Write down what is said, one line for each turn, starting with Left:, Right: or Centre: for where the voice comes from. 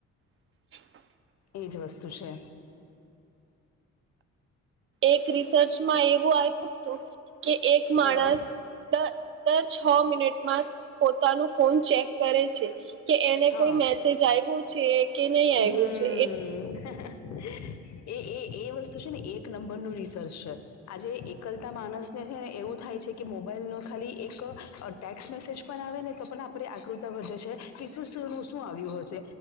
Right: <unintelligible>
Left: એ જ વસ્તુ છે
Right: એક રિસર્ચમાં એવું આવ્યું હતું કે એક માણસ
Left: હા
Right: દર છ મિનિટમાં પોતાનું ફોન ચેક કરે છે કે એને
Left: હા
Right: કોઈ મેસેજ આવ્યું છે કે ની આવ્યું
Left: હમ
Right: છે
Left: એ એ એ વસ્તુ છે ને એક નંબર નું રિસર્ચ છે આજે એકલતા માણસને છે ને એવું થાય છે કે મોબાઈલ નો ખાલી એક ટેક્સ મેસેજ પણ આવે ને તો પણ આપે આકૃતા વધે છે કે શું શું આવ્યું હશે